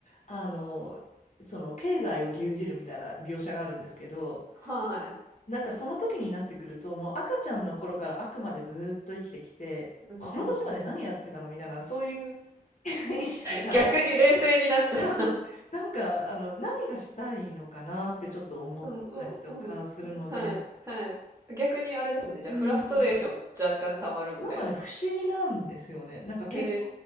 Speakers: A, on the left; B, on the right.
A: あの、その経済を牛耳るみたいな描写があるんですけど、
B: はい。
A: なんかその時になってくると、もう赤ちゃんの頃からあくまでずっと生きてきて、
B: はい。うんうんうん。
A: この年まで何やってたのみたいな、そういう <laughs> 意識が働いて
B: 逆に冷静になっちゃう。
A: ると、<laughs> なんか、あの、何がしたいのかなってちょっと思ったりとかするので、
B: うんうんうん。はい、はい。逆にあれですね、じゃあフラストレーション若干溜まるみたいな。
A: うん、なんかね、不思議なんですよね。なんか結婚
B: へ